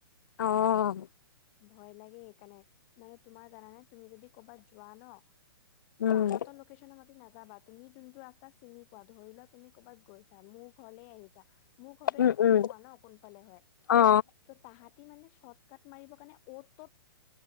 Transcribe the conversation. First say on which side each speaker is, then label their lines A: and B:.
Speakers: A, on the left (about 55°); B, on the left (about 35°).
A: অহ।
B: ভয় লাগে সেইকাৰণে মানে তোমাৰ জানা নাই তুমি যদি কৰ'বাত যোৱা ন।
A: উম
B: তাহাঁতৰ লোকেশ্যনৰ মাতি নাযাবা। তুমি যোনটো ৰাস্তা চিনি পোৱা ধৰি লোৱা তুমি কৰ'বাত গৈছা মোৰ ঘৰলে আহিছা। মোৰ ঘৰতো
A: উম
B: এতিয়া চিনি
A: উম
B: পোৱা ন কোনফালে হয়
A: অ
B: ত' তাহাঁতি মানে চত। কাট মাৰিব কাৰণে অ'ত।